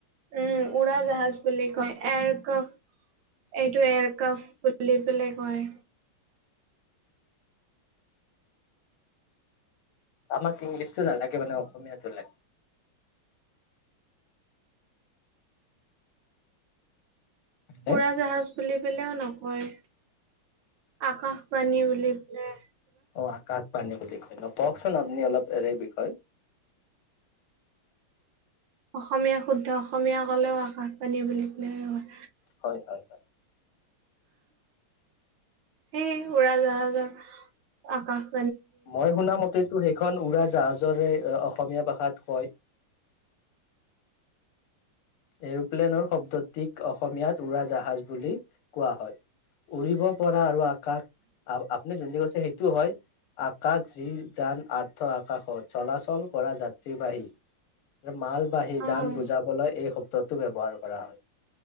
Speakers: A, on the right; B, on the left.
A: উম উৰা জাহাজ বুলি কয় এয়াৰক্ৰাফ্ট এইটো এয়াৰক্ৰাফ বুলি পেলাই কয়
B: আমাক ইংলিছতো নালাগে মানে অসমীয়াতো লাগে লাগে।
A: উৰা জাহাজ বুলি পেলেও ন হয় আকাশবাণী বুলিবলে
B: অ আকাশবাণী বুলি কয় ন কওকচোন আপুনি অলপ এনে বিষয়
A: অসমীয়া শুদ্ধ অসমীয়া ক'লেও আকাশবাণী বুলি ক'লে হয়
B: হয় হয় হয়
A: সেই উৰা জাহাজৰ আকাশ
B: মই শুনামতেটো সেইখন উৰা জাহাজৰে অসমীয়া ভাষাত কয় এৰোপ্লেনৰ শব্দটিক অসমীয়াত উৰা জাহাজ বুলি কোৱা হয়। উৰিব পৰা আৰু আকাশ আ আপুনি যোনটি কৈছে সেইটোও হয় আকাশ যি যান আৰ্থ আকাশত চলাচল কৰা যাত্ৰীবাহী মাল বাহী
A: অ',
B: যান বুজাবলৈ এই শব্দটো ব্যৱহাৰ কৰা হয়।